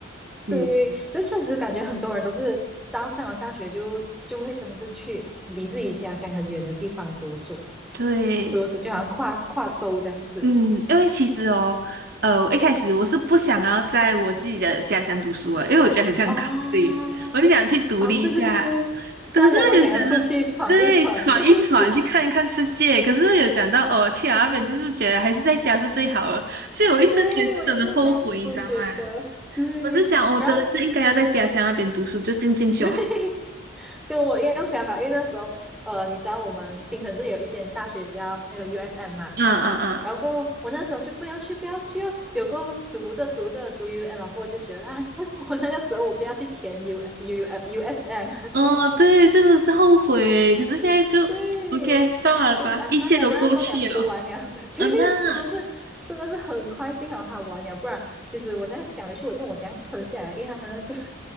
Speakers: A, on the right; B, in the centre.
A: 嗯，
B: 对，那确实感觉很多人都是到上了大学就就会真的是去离自己家乡很远的地方读书，
A: 对，
B: 读书就好像跨跨州这样子。
A: 嗯，因为其实哦，呃，我一开始我是不想要在我自己的家乡读书的，因为我觉得很像靠近，
B: 哦，
A: 我就想去独立一下，
B: 哦，对对对对，
A: 可是很想
B: 大家都想要出去闯一闯，
A: 对闯一闯，
B: <laughs> 是不是？
A: 去看一看世界，可是没有想到哦，去了那边就是觉得还是在家是最好的，所以我一生间是真的后悔，
B: <laughs> 对，我也是这样子觉得。
A: 你知道吗？
B: 对，
A: 我就想，我真的是应该要在家乡那边读书，
B: 然后
A: 就进进修。
B: 嘿，嘿，跟我一样想法，因为那时候，呃，你知道我们槟城这里有一间大学叫那个 USM 嘛，
A: 嗯嗯
B: 然后过后我那时候就不要去，不要去哦，结果读着读着读 UM 啊，过后我就觉得，哎，为什么那个时候我不要去填 U U U S M？
A: 嗯，哦，对，真的是后悔。可是现在就
B: <laughs> 对，
A: OK，算了吧，
B: 就是啊，
A: 一切都过去了。
B: 算了啊，算了，读完了，<laughs> 对，
A: 嗯那
B: 真的是，真的是很快幸好他完了，不然其实我这样想回去，我也不懂我怎样撑下来，因为他那个 <laughs>